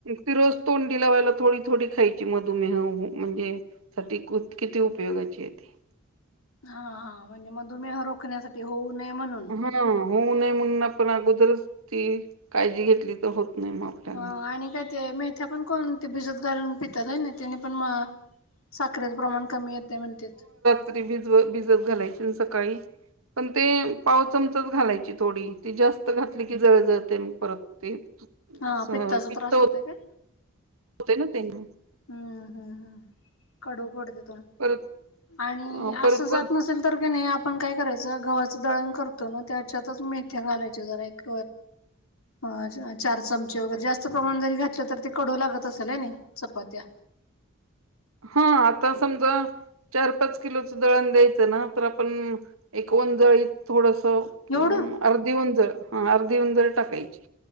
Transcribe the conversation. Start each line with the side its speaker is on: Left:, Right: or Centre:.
Right: ति रोज तोंडी लावायला थोडी थोडी खायची मधुमेह हू म्हणजे साठी कुत किती उपयोगाची आहे ती.
Left: हा हा म्हणजे मधुमेह रोखण्यासाठी होऊ नये म्हणून.
Right: ह होऊ नये म्हणून आपण अगोदरच ती काळजी घेतली तर होत नाही मग. आपल्याला.
Left: आ आणि काय ते मेथ्या पण कोण ते भिजत घालून पित्यात होय नई? तेनी पण मग साखरेचं प्रमाण कमी येतय म्हणतेत.
Right: त्री भिजव भिजत घालायची अनं सकाळी पण ते पाव चमचाच घालायची थोडी ती जास्त घातली की जळजळतय मग परत ते
Left: हा
Right: स
Left: पित्ताचा
Right: पित्त
Left: त्रास
Right: होत
Left: होतोय
Right: -
Left: काय
Right: होतय ना ते न.
Left: हम्म हम् हम कडू पडतंय तोंड
Right: परत
Left: आणि
Right: अं, परत
Left: असं जात नस असल तर की नाही आपण काय करायचं गव्हाचं दळण करतो ना त्याच्यातच मेथ्या घालायचे जरा एक अ चार चमचे वगैरे जास्त प्रमाण जरी घातलं तर ते कडू लागत असेल हेने चपात्या.
Right: हा आता समजा चार पाच किलोचं दळण द्यायचं ना तर आपण एक ओंजळीत थोडंसं
Left: एवढं?
Right: अर्धी ओंजळ. हा अर्धी ओंजळ टाकायची.